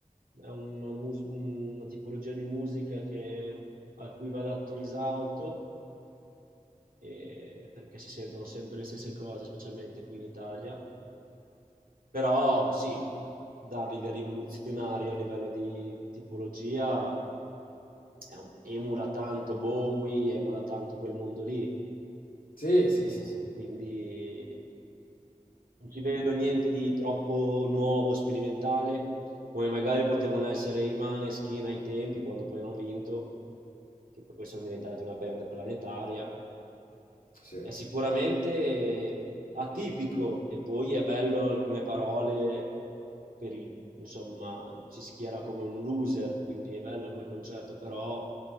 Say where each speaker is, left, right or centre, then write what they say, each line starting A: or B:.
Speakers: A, on the right; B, on the left.
A: una, mus- una tipologia di musica che- a cui va dato risalto eh, perché si sentono sempre le stesse cose, specialmente qui in Italia. Però sì, dargli del rivoluzionario a livello di tipologia è un- emula tanto Bowie, emula tanto quel mondo lì,
B: Sì, sì,
A: eh,
B: sì, sì.
A: quindi non ci vedo niente di troppo nuovo, sperimentale, come magari potevano essere i Maneskin ai tempi, quando poi hanno vinto, che poi sono diventati una band planetaria.
B: Sì.
A: È sicuramente
B: sì.
A: atipico e poi è bello alcune parole per i, insomma, ci schiera come un loser, quindi è bello come concetto, però